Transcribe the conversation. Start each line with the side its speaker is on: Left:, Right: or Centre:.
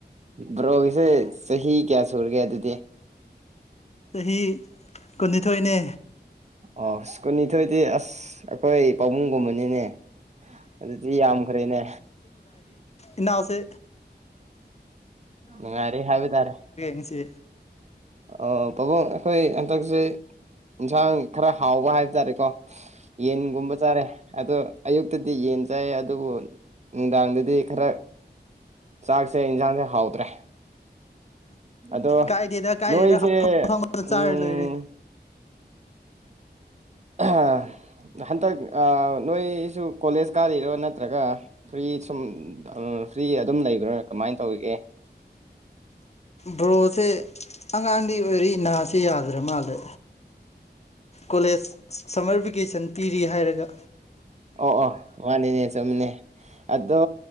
Right: ꯕ꯭ꯔꯣꯒꯤꯁꯦ ꯆꯍꯤ ꯀꯌꯥ ꯁꯨꯔꯒꯦ ꯑꯗꯨꯗꯤ
Left: ꯆꯍꯤ ꯀꯨꯟꯅꯤꯊꯣꯏꯅꯦ
Right: ꯑꯣ ꯀꯨꯟꯅꯤꯊꯣꯏꯗꯤ ꯑꯁ ꯑꯩꯈꯣꯏ ꯄꯥꯕꯨꯡꯒꯨꯝꯕꯅꯤꯅꯦ ꯑꯗꯨꯗꯤ ꯌꯥꯝꯈꯔꯦꯅꯦ
Left: ꯏꯅꯥ ꯑꯁ
Right: ꯃ ꯉꯔꯤ ꯍꯕꯗꯔꯦ
Left: ꯉꯁꯤ
Right: ꯑꯣ ꯄꯕꯨꯡ ꯑꯩꯈꯣꯏ ꯍꯟꯗꯛꯁꯦ ꯏꯟꯁꯥꯡ ꯈꯔ ꯍꯥꯎꯕ ꯍꯥꯏꯕ ꯇꯥꯔꯦꯀꯣ ꯌꯦꯟꯒꯨꯝꯕ ꯆꯥꯔꯦ ꯑꯗꯣ ꯑꯌꯨꯛꯇꯗꯤ ꯌꯦꯟ ꯆꯥꯏ ꯑꯗꯨꯕꯨ ꯅꯨꯡꯗꯥꯡꯗꯗꯤ ꯈꯔ ꯆꯥꯛꯁꯦ ꯌꯦꯟꯁꯥꯡꯁꯦ ꯍꯥꯎꯗ꯭ꯔꯦ ꯑꯗꯣ
Left: ꯀꯥꯏꯗꯦꯗ ꯀꯥꯏꯗꯦꯗ
Right: ꯅꯅꯨꯡꯁꯦ
Left: ꯑꯐꯪ ꯑꯐꯪꯕꯗ
Right: ꯎꯝ
Left: ꯆꯥꯔ ꯂꯣꯏꯔꯦ
Right: ꯑ ꯍꯟꯗꯛ ꯅꯣꯏꯁꯨ ꯀꯣꯂꯦꯖ ꯀꯥꯔꯤꯔꯣ ꯅꯠꯇ꯭ꯔꯒ ꯐꯔꯤ ꯁꯨꯝ ꯐ꯭ꯔꯤ ꯑꯗꯨꯝ ꯂꯩꯕ꯭ꯔꯥ ꯀꯃꯥꯏꯅ ꯇꯧꯔꯤꯒꯦ
Left: ꯕ꯭ꯔꯣꯁꯦ ꯑꯉꯥꯡꯗꯤ ꯑꯣꯏꯔꯛꯏ ꯅꯥꯁꯦ ꯌꯥꯗ꯭ꯔꯦ ꯃꯥꯜꯗ ꯀꯣꯂꯦꯖ ꯁꯝꯃꯔ ꯚꯦꯀꯦꯁꯟ ꯄꯤꯔꯤ ꯍꯥꯏꯔꯒ
Right: ꯑꯣ ꯑꯣ ꯋꯥꯅꯤꯅꯦ ꯆꯨꯝꯃꯤꯅꯦ ꯑꯗꯣ